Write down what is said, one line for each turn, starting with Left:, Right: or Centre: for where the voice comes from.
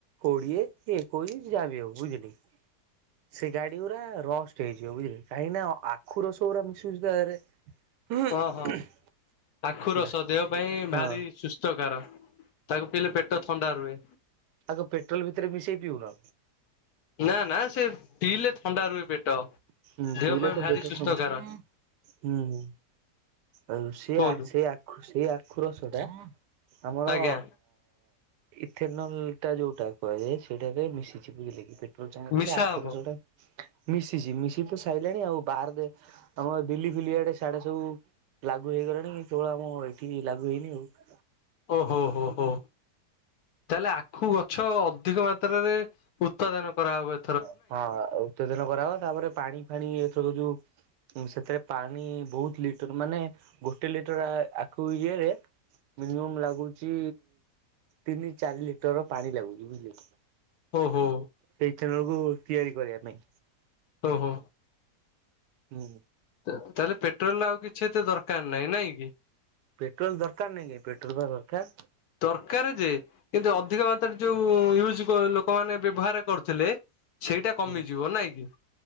Right: କୋଡିଏ, କି ଏକୋଇଶ ସିଏ ଯାହା ବି ହଉ ବୁଝିଲେ କି। ସେ ଗାଡି ଗୁରା ରଷ୍ଟ ହେଇଯିବ ବୁଝିଲେ କାହିଁକି ନା ଆଖୁ ରସ ଗରା ମିଶୁଛି ତା ଧୀଏରେ। <unintelligible>
Left: ହଁ ହଁ ଆଖୁ
Right: ହେଲା।
Left: ରସ ଦେହ ପାଇଁ
Right: ହଁ
Left: ଭାରି ସୁସ୍ଥକାର ତାକୁ ପିଇଲେ ପେଟ ଥଣ୍ଡା ରୁହେ।
Right: ତାକୁ ପେଟ୍ରୋଲ ଭିତରେ ମିଶେଇ ପିଉନ।
Left: ନା ନା ସେ ପିଇଲେ ଥଣ୍ଡା ରୁହେ ପେଟ।
Right: ହୁଁ
Left: ଦେହ
Right: ପିିଇଲେ
Left: ପାଇଁ
Right: ତ
Left: ଭାରି
Right: ପେଟ
Left: ସୁସ୍ଥକାର
Right: ଥଣ୍ଡା ହୁଁ ହୁଁ। ଆଉ ସିଆ
Left: କୁହନ୍ତୁ
Right: ସେଆ। ସେଇ ଆଖୁ ରସ ଟା ଆମର।
Left: ଆଜ୍ଞା
Right: ଇଥେନଲ୍ ଟା ଯୋଉଟା କୁହାଯାଏ ସେଇଟାରେ ମିଶିଛି ବୁଝିଲେ କି ପେଟ୍ରୋଲ ସାଙ୍ଗରେ
Left: ମିଶା
Right: ସେ ଆଖୁ
Left: ହବ।
Right: ରସ ଟା। ମିଶିଛି ମିଶି ତ ସାଇଲାଣି ଆଉ ବାହାର ଦେ ତମର ଦିଲ୍ଲୀ ଫିଲି ଆଡେ ସିଆଡେ ସବୁ ଲାଗୁ ହେଇଗଲାଣି କେବଳ ଆମ ଏଇଠି ଲାଗୁ ହେଇନି ଆଉ।
Left: ଓ ହୋ ହୋ ହୋ। ତାହେଲେ ଆଖୁ ଗଛ ଅଧିକ ମାତ୍ରାରେ ଉତ୍ପାଦନ କରା ହବ ଏ
Right: ହଁ ହଁ ଉତ୍ତେଜନା କରାହବ ତାପରେ ପାଣି ଫାଣି ଏଥର ଯୋଉ। ଉଁ ସେଥେରେ ପାଣି ବହୁତ ଲିଟର ମାନେ ଗୋଟେ ଲିଟର ଆଖୁ ଇଏରେ। ମିନିମମ୍ ଲାଗୁଛି ତିନି ଚାରି ଲିଟର ପାଣି ଲାଗୁଛି ବୁଝିଲେକି।
Left: ଓହୋ।
Right: ସେ ଇଥେନଲ୍ କୁ ତିଆରି କରିବା ପାଇଁ।
Left: ଓ ହୋ।
Right: ହୁଁ।
Left: ତ ତାହେଲେ ପେଟ୍ରୋଲ ଆଉ କିଛି ଏତେ ଦରକାର ନାହିଁ ନାଇଁ କି।
Right: ପେଟ୍ରୋଲ ଦରକାର ନାଇଁ କାଇଁ ପେଟ୍ରୋଲ ବା ଦରକାର।
Left: ଦରକାରେ ଯେ। କିନ୍ତୁ ଅଧିକ ମାତ୍ରାରେ ଯୋଉ ୟୁଜ କ ଲୋକମାନେ ବ୍ୟବହାର କରୁଥିଲେ। ସେଇଟା କମିଯିବ
Right: ହୁଁ।
Left: ନାଇଁ କି।